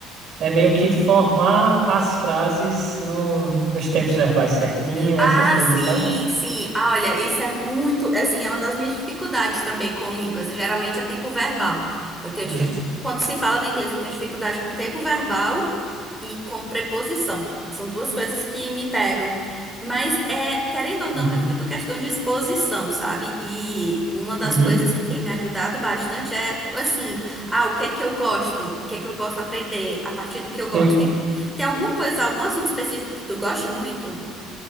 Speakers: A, on the right; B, in the centre.
A: é meio que formar as frases no... nos tempos verbais certinho,
B: Ah,
A: essas coisas,
B: sim,
A: sabe?
B: sim. Ah, olha, isso é muito, assim, é uma das minhas dificuldades também com línguas. Geralmente é tempo verbal. Eu tenho
A: Uhum,
B: dific... Quando se fala no inglês, eu tenho dificuldade com tempo verbal e com preposição. São duas coisas que me pegam. Mas é, querendo ou não,
A: uhum,
B: é muito questão de exposição, sabe? E uma das
A: uhum.
B: coisas que tem me ajudado bastante é, assim, ah, o que é que eu gosto? E o que é que eu posso aprender a partir do que eu gosto?
A: Sim.
B: Tem, tem alguma coisa, algum assunto específico que tu goste muito?